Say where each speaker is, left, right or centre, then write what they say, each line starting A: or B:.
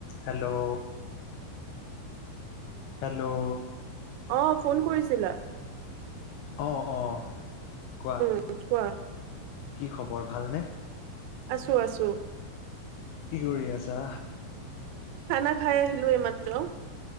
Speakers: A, on the left; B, on the right.
A: Hello hello
B: অ phone কৰিছিলা?
A: অঁ অঁ কোৱা।
B: বুজি পোৱা
A: কি খবৰ ভাল নে?
B: আছো আছো।
A: কি কৰি আছা?
B: খানা খাই আহিলো এইমাত্ৰ।